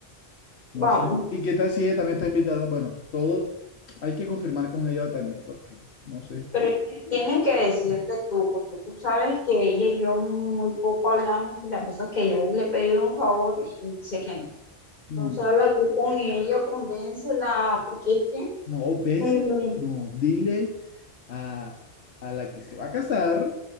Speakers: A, on the left (about 40°); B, on the left (about 85°).
A: vamos,
B: no sé. ¿Y qué tal si ella también está invitada? Bueno, todo hay que confirmar con ella también, porque no sé.
A: pero es que tienes que decirle tú, porque tú sabes que ella y yo muy poco hablamos y las veces que yo le he pedido un favor y dice que no.
B: No,
A: Entonces habla tú con ella, convéncela, porque es que,
B: no, ves,
A: mm,
B: no, dile a, a la que se va a casar